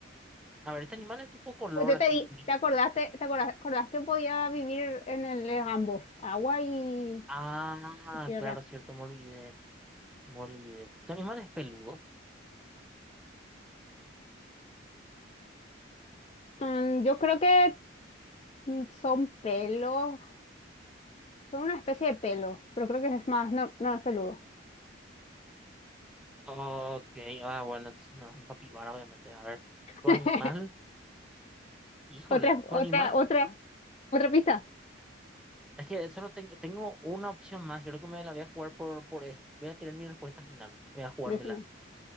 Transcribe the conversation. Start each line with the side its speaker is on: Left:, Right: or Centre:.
Centre: a ver, este animal es tipo color
Left: Pues yo
Centre: así
Left: te di,
Centre: gris.
Left: ¿te acordaste, te acorda- acordás, que podía vivir en el en ambos, agua y,
Centre: Ah,
Left: y tierra?
Centre: claro, cierto, me olvidé, me olvidé. ¿Tu animal es peludo?
Left: Mm, yo creo que mm, son pelos, son una especie de pelos, pero creo que es más, no, no es peludo.
Centre: Ok, ah, bueno, entonces no, es un capibara, obviamente. A ver, tu
Left: <laughs>
Centre: animal, híjole,
Left: Otra,
Centre: tu
Left: otra,
Centre: animal,
Left: otra, otra pista,
Centre: es que solo tengo, tengo una opción más, creo que me la voy a jugar por, por, es- voy a tener mi respuesta final, voy a jugármela.
Left: decimos.